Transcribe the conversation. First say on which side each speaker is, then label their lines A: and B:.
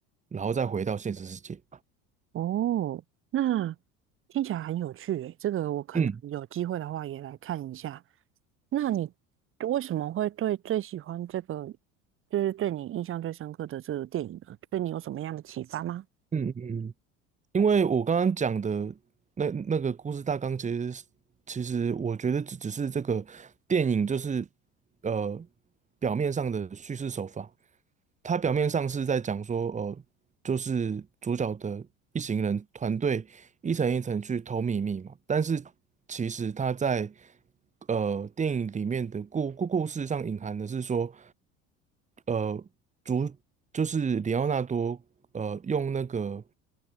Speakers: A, on the right; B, on the right.
A: 然后再回到现实世界。
B: 哦，那听起来很有趣诶，这个我可能有机会的话也来看一下。
A: 嗯
B: 那你为什么会对最喜欢这个，就是对你印象最深刻的这个电影呢？对你有什么样的启发吗？
A: 嗯嗯嗯。因为我刚刚讲的那那个故事大纲，其实是其实我觉得只只是这个电影就是呃表面上的叙事手法，它表面上是在讲说呃就是主角的一行人团队一层一层去偷秘密嘛，但是其实它在呃电影里面的故故故事上隐含的是说呃主就是里奥纳多呃用那个。